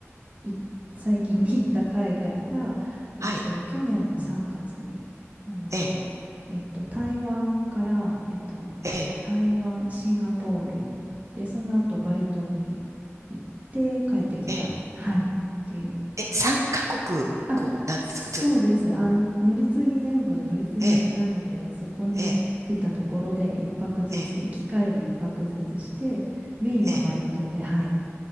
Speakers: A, on the right (about 30°); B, on the right (about 90°).
A: い最近に行った海外が、えっと、
B: はい。
A: 去年の3月に、あの、
B: ええ、
A: えっと、台湾から、えっと、
B: ええ、
A: 台湾、シンガポールに、で、その後バリ島に行って帰ってきた。
B: ええ、
A: はい。っていう。
B: え、3カ国、
A: あ、
B: こう、なんですか、
A: そうです。
B: ず、
A: あの、乗り継ぎ全部乗り継ぎなので、
B: ええ、
A: そこに降りたところで一泊ずつ、
B: ええ、ええ、
A: 行き帰り一泊ずつして、メインはバリ島で、
B: ええ
A: はい、